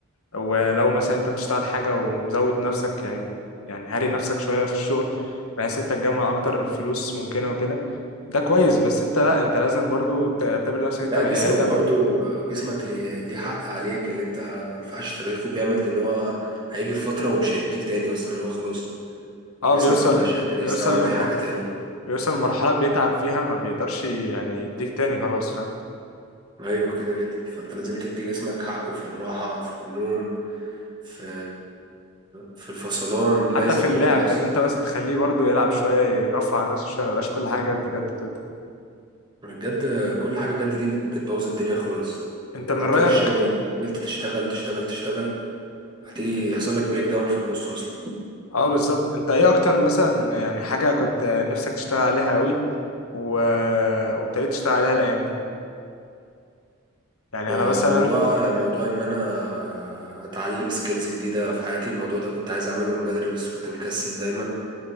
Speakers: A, on the left; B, on the right.
A: ولو مثلا انت بتشتغل حاجة ومزود نفسك يعني يعني هاري نفسك شوية في الشغل بحيث انت تجمع اكتر فلوس ممكنة وكده ده كويس بس انت لا انت لازم برضو تعتبر نفسك انت
B: لا
A: بني
B: جسمك
A: ادم
B: برضو آه، جسمك ليه ليه حق عليك اللي انت ما ينفعش ترهقه جامد لان هو هيجي في فتره ومش هيديك تاني اصلا اللي هو خلاص
A: اه
B: جسمك
A: بيوصل
B: ما بقاش قادر يستوعب
A: بيوصل لم...
B: اي حاجه تاني
A: بيوصل لمرحلة بيتعب فيها ما بيقدرش يعني يديك تاني خلاص فاهم
B: ايوه كده كده فانت لازم تدي جسمك حقه في الراحه في النوم في في الفصلان
A: حتى
B: لازم
A: في
B: كل
A: اللعب
B: ده يحصل
A: ان انت مثلا تخليه برضو يلعب شوية يرفع عن نفسه شوية ما يبقاش كل حاجة جد جد جد كده.
B: بجد كل حاجة جد دي بت- بتبوظ الدنيا خالص
A: انت من
B: حتى
A: رأيك
B: في الشغل انت لو فضلت تشتغل تشتغل تشتغل هتيجي يحصل لك بريك داون في النص اصلا
A: اه بالظبط انت ايه اكتر مثلا يعني حاجة كنت نفسك تشتغل عليها قوي و... وابتديت تشتغل عليها الايام دي يعني
B: آه،
A: انا مثلا
B: موضوع موضوع ان انا اتعلم سكيلز جديدة في حياتي الموضوع ده كنت عايز اعمله من بدري بس كنت مكسل دايما